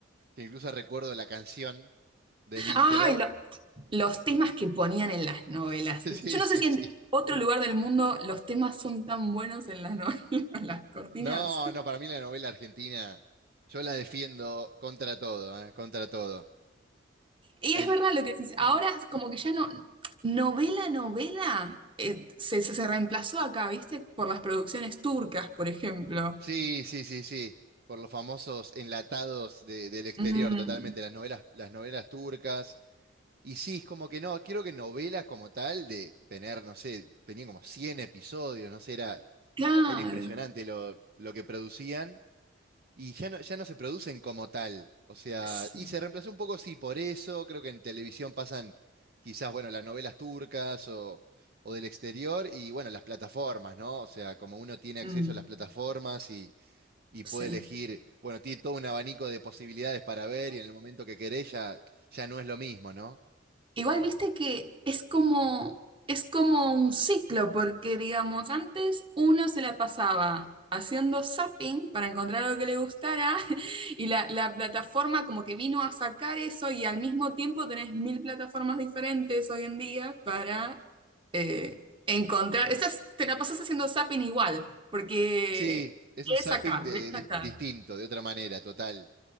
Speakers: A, on the right; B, on the right.
A: que incluso recuerdo la canción del intro.
B: Ay,
A: <laughs>
B: los temas que ponían en las novelas.
A: Sí,
B: Yo no
A: sí,
B: sé si
A: sí.
B: en otro lugar del mundo los temas son tan buenos en las novelas, <laughs> en las cortinas.
A: No, no, para mí la novela argentina, yo la defiendo contra todo, ¿eh? Contra todo.
B: Y
A: El-
B: es verdad lo que dices. Ahora
A: mm,
B: es como que ya no, novela, novela, eh, se, se- se reemplazó acá, ¿viste? Por las producciones turcas, por ejemplo.
A: sí, sí, sí, sí. Por los famosos enlatados de- del exterior,
B: Mm,
A: totalmente. Las novelas, las novelas turcas. Y sí, es como que no, quiero que novelas como tal, de tener, no sé, tenían como 100 episodios, no sé, era,
B: claro.
A: era impresionante lo, lo que producían. Y ya no, ya no se producen como tal. O sea,
B: Sí.
A: y se reemplazó un poco, sí, por eso. Creo que en televisión pasan quizás, bueno, las novelas turcas o, o del exterior y, bueno, las plataformas, ¿no? O sea, como uno tiene acceso
B: Mm,
A: a las plataformas y, y
B: sí.
A: puede elegir, bueno, tiene todo un abanico de posibilidades para ver y en el momento que querés ya, ya no es lo mismo, ¿no?
B: Igual viste que es como, es como un ciclo, porque digamos, antes uno se la pasaba haciendo zapping para encontrar algo que le gustara <laughs> y la, la plataforma como que vino a sacar eso y al mismo tiempo tenés mil plataformas diferentes hoy en día para eh, encontrar, estás, te la pasas haciendo zapping igual, porque
A: Sí, es
B: ves
A: un zapping
B: acá,
A: de-
B: ves acá.
A: dis- distinto, de otra manera, total.